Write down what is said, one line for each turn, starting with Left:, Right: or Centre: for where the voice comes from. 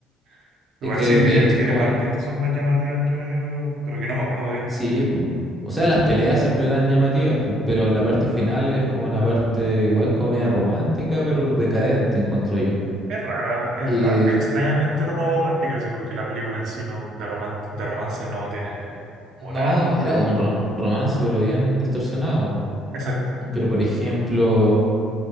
Right: <laughs> Igual
Centre: Es que
Right: sí tiene,
Centre: de hecho
Right: tiene
Centre: es como
Right: partes
Centre: el,
Right: que son más llamativas entre medio, pero que no me acuerdo bien.
Centre: Sí, pues. O sea, las peleas siempre eran llamativas, pues, pero la parte final es como una parte igual comedia romántica, pero decadente, encuentro yo.
Right: Es rara, es
Centre: Y
Right: ra- extrañamente romántica, sí, porque la película en sí no, de, roman- de romance
Centre: mm,
Right: no tiene o
Centre: no,
Right: nada.
Centre: era como un ro- un romance, pero bien distorsionado.
Right: Exacto,
Centre: po. Pero por ejemplo,